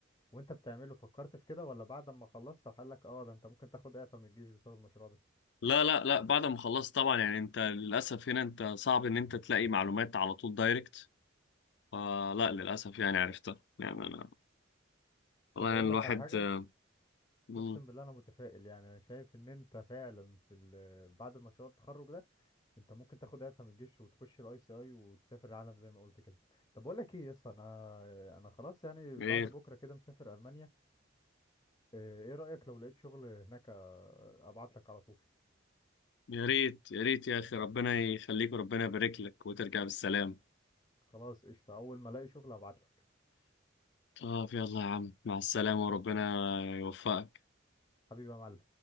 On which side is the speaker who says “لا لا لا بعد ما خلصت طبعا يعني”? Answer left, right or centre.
Left